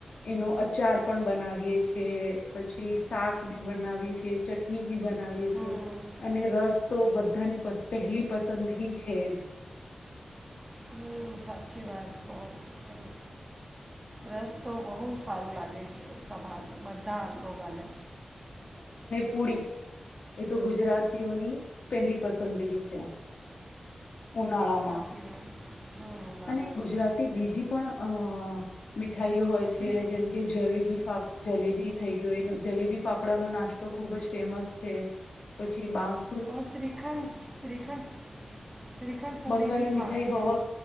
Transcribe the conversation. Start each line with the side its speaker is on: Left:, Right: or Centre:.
Left: એનો અચાર પણ બનાવીએ છે પછી શાક બી બનાવીએ છ છે ચટણી ભી બનાવીએ
Right: હમ,
Left: છે અને રસ તો બધાની પહેલી પસંદગી છે જ.
Right: હમ, સાચી વાત કો છો તમે રસ તો બહુ સારું લાગે છે સભા બધા લોગાને.
Left: પુડી એ તો ગુજરાતીઓની પહેલી પસંદગી છે. ઉનાળમાં
Right: સાચી વાત હમ ના
Left: અને
Right: ના
Left: ગુજરાતી
Right: ના
Left: બીજી પણ અ મીઠાઈઓ હોય
Right: શ્રી
Left: છે જેમકે જલેબી જલેબી થઈ ગયો જલેબી ફાફડાનો નાસ્તો ખુબ જ ફેમસ છે પછી બાસ
Right: ઓ શ્રીખંડ શ્રીખંડ શ્રીખંડ પ પોડી
Left: બંગાલી
Right: ભી ખાવે
Left: મીઠાઈ હોવા
Right: છે.